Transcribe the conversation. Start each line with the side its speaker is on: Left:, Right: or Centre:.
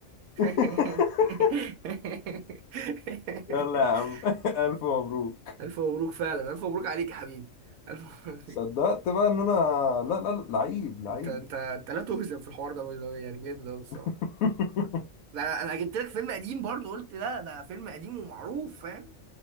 Left: <laughs>
Right: <laughs>
Left: يلا يا عم <laughs> ألف مبروك
Right: ألف مبروك فعلا ألف مبروك عليك يا حبيبي ألف مبروك
Left: صدقت بقى إن أنا لا لا لا لعيب لعيب
Right: أنت أنت أنت لا تهزم في الحوار ده باي ذا واي، يعني جامد أوي الصراحة
Left: <laughs>
Right: لا أنا أنا جبت لك فيلم قديم برضه قلت لا ده فيلم قديم ومعروف فاهم